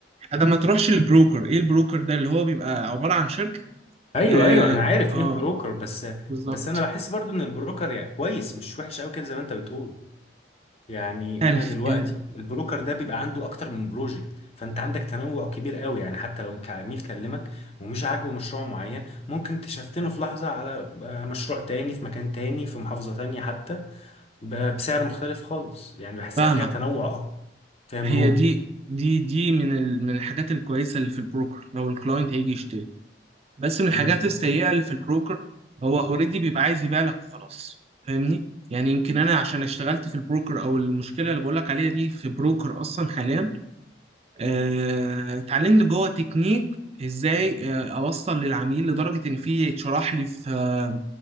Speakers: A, on the right (about 35°); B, on the left (about 35°).
A: انا ما تروحش للبروكر ايه البروكر ده اللي هو بيبقى عباره عن شركه
B: ايوه
A: اه,
B: ايوه انا عارف
A: آه
B: ايه البروكر بس
A: بالظبط
B: بس انا بحس برضو ان البروكر يعني كويس مش وحش قوي كده زي ما انت بتقول يعني
A: ألف
B: انا دلوقتي
A: ال-
B: البروكر ده بيبقى عنده اكتر من بروجكت فانت عندك تنوع كبير قوي يعني حتى لو كعميل كلمك ومش عاجبه مشروع معين ممكن تشفتنه في لحظة على آه، مشروع تاني في مكان تاني في محافظة تانية حتى ب- بسعر مختلف خالص يعني بحسها
A: فاهمة
B: فيها تنوع اكتر فيها
A: هي
B: مرونة
A: دي دي دي من ال... من الحاجات الكويسة اللي في البروكر لو الكلاينت هيجي يشت... بس من الحاجات
B: امم
A: السيئة اللي في البروكر هو اوريدي بيبقى عايز يبيع لك وخلاص فاهمني يعني يمكن انا عشان اشتغلت في البروكر او المشكلة اللي بقولك عليها دي في بروكر اصلا حاليا آه، اتعلمت جوه تكنيك ازاي آه، اوصل للعميل لدرجة ان في اتشرح لي في آه،